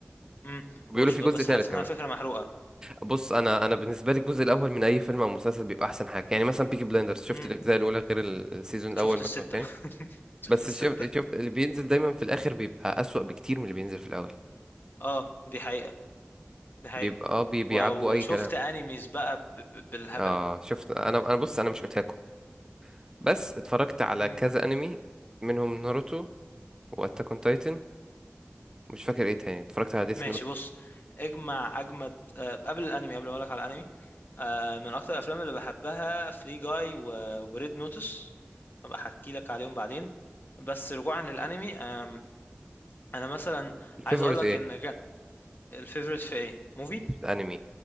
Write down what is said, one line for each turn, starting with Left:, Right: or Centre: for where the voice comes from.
Left: امم
Right: بيقولوا
Left: وش...
Right: في
Left: بس
Right: جزء تالت
Left: حاسس انها
Right: كمان
Left: فكره محروقه
Right: بص انا انا بالنسبة لي الجزء الاول من اي فيلم او مسلسل بيبقى احسن حاجة يعني مثلا بيكي بلايندرز شفت
Left: امم
Right: الاجزاء الاولى غير ال- السيزون الاول
Left: شفت
Right: مثلا
Left: السته
Right: التاني
Left: <laughs> شفت
Right: بس
Left: السته
Right: شفت شفت اللي بينزل دايما في الاخر بيبقى اسوأ بكتير من اللي بينزل في الاول
Left: اه دي حقيقه دي حقيقه
Right: بيبقى اه بي- بيعبوا
Left: و...
Right: اي
Left: وشفت
Right: كلام
Left: انيميز بقى ب... ب... بالهبل
Right: اه شفت انا انا بص انا مش اوتاكو بس اتفرجت على
Left: مم.
Right: كذا انمي منهم ناروتو واتاك اون تايتن مش فاكر ايه تاني اتفرجت على ديث
Left: ماشي
Right: نوت
Left: بص اجمع اجمد آه، قبل الانمي قبل ما اقول لك على الانمي آه، من اكتر الافلام اللي بحبها فري جاي وريد نوتس ابقى احكي لك عليهم بعدين بس رجوعا للانمي آم، انا مثلا
Right: الفيفوريت
Left: عايز اقول لك
Right: ايه
Left: ان جا الفيفوريت في ايه موفي
Right: الانمي